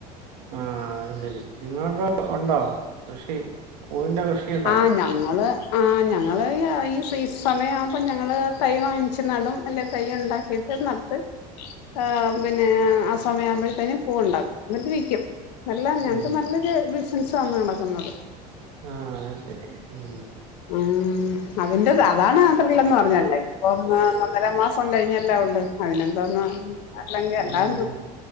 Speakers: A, on the right; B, on the left.
A: ആ അത് ശരി നിങ്ങൾക്ക് ഒണ്ടോ കൃഷി പൂവിന്റെ കൃഷിയുണ്ടോ
B: ആ ഞങ്ങള് ആ ഞങ്ങ് ഈ സീസ് സമയാകുമ്പ ഞങ്ങള് തൈ വാങ്ങിച്ച് നടും അല്ലെങ്കി തൈ ഇണ്ടാക്കീട്ട് നട്ട് ആ പിന്നെ ആ സമയം ആവുമ്പോഴ്ത്തേനും പൂവ്ണ്ടാക്കും എന്നിട്ട് വിക്യും അല്ല ഞങ്ങ്ക്ക്
A: ഉം
B: നല്ലൊരു ബിസിനസ്സാ നടക്കുന്നത്
A: ആ ശെരി ഉം
B: ഉം <inaudible> അതിന്റെ അതാണ് ആ ത്രില്ലെന്ന് പറഞ്ഞാല്ലേ ഇപ്പം ഏ ഒന്നര മാസം കഴിഞ്ഞല്ലേ ഒള്ളു ഐനെന്താന്നാ അല്ലങ്കി അല്ല
A: ഉം